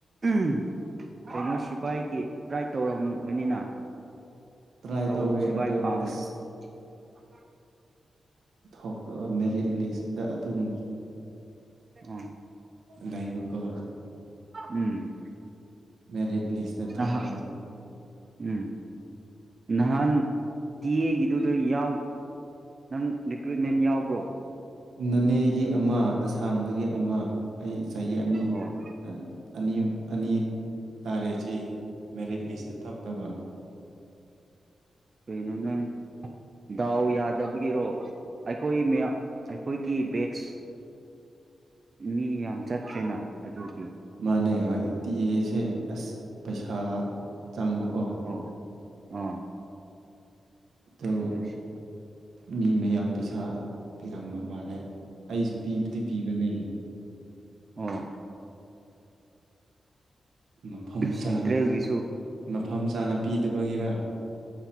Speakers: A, on the right; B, on the right.
A: ꯎꯝ ꯀꯩꯅꯣ ꯁꯤꯐꯥꯏꯒꯤ ꯇꯔꯥꯏ ꯇꯧꯔꯝꯒꯅꯤꯅ
B: ꯇ꯭ꯔꯥꯏ
A: ꯇꯧ
B: ꯇꯧꯋꯦ
A: ꯁꯤꯐꯥꯏ
B: ꯑꯗꯣ
A: ꯄꯥꯝꯗ
B: ꯑꯁ
A: <inaudible>
B: ꯊꯣꯛꯔꯣ ꯃꯦꯔꯤꯠ ꯂꯤꯁꯇ ꯑꯗꯨꯝ
A: ꯑꯣ
B: ꯂꯩꯕ ꯀꯣ
A: ꯎꯝ
B: ꯃꯦꯔꯤꯠ ꯂꯤꯁꯇ ꯊꯣꯛꯇꯕ
A: ꯅꯍ ꯎꯝ ꯅꯍꯥꯟ ꯇꯤ ꯑꯦꯒꯤꯗꯨꯗ ꯌꯥꯎ ꯅꯪ ꯔꯤꯀ꯭ꯔꯨꯏꯠꯃꯦꯟ ꯌꯥꯎꯕ꯭ꯔꯣ
B: ꯅꯣꯅꯦꯒꯤ ꯑꯃ ꯑꯁꯥꯝꯗꯒꯤ ꯑꯃ ꯑꯩ ꯆꯍꯤ ꯑꯅꯤ
A: ꯑꯣ
B: ꯑ ꯑꯅꯤ ꯑꯅꯤ ꯇꯔꯦꯁꯤ ꯃꯦꯔꯤꯠ ꯂꯤꯁꯇ ꯊꯣꯛꯇꯕ
A: ꯀꯩꯅꯣ ꯅꯪ ꯗꯥꯎ ꯌꯥꯗꯕꯒꯤꯔꯣ ꯑꯩꯈꯣꯏ ꯃꯌꯥꯝ ꯑꯩꯈꯣꯏꯒꯤ ꯕꯦꯁ ꯃꯤ ꯌꯥꯝ ꯆꯠꯇꯈ꯭ꯔꯦꯅ ꯑꯗꯨꯗꯤ
B: ꯃꯥꯅꯦ ꯍꯣꯏ ꯇꯤꯑꯦꯁꯦ ꯑꯁ ꯄꯩꯁꯥ ꯆꯪꯕꯀꯣ
A: ꯑꯣ ꯑꯥ
B: ꯇꯨ
A: ꯑꯗꯨꯁꯨ
B: ꯃꯤ ꯃꯌꯥꯝ ꯄꯩꯁꯥ ꯄꯤ ꯇꯝꯕ ꯃꯥꯂꯦ ꯑꯩꯁꯨ ꯄꯤꯕꯨꯗꯤ ꯄꯤꯕꯅꯦ
A: ꯎꯝ
B: ꯃꯐꯝ ꯆꯥꯅ
A: ꯁꯦꯟꯇ꯭ꯔꯦꯜꯒꯤꯁꯨ
B: ꯃꯐꯝ ꯆꯥꯅ ꯄꯤꯗꯕꯒꯤꯔ